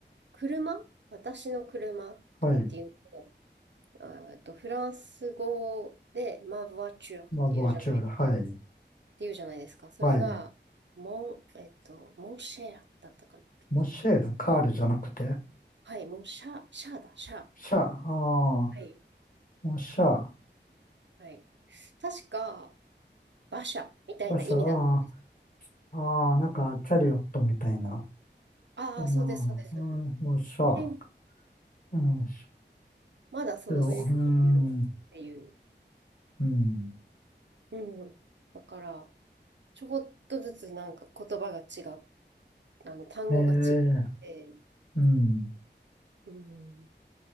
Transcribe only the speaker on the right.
車私の車とかっていうのを、
あ、えっと、フランス語で、マあ、ワチュ t っていうじゃないで、
っていうじゃないですか。それが、
モン、えっと、モンシェアだったかな。
はい、モンシャー、シャーだ、シャー。
はい。
はい。確か、馬車みたいな意味だったんです。
ああ、
そうです、そうです。
え、
まだそういうふうに言うっていう。
うん。だから、ちょこっとずつなんか言葉が違う、あの、単語が違って、
うん。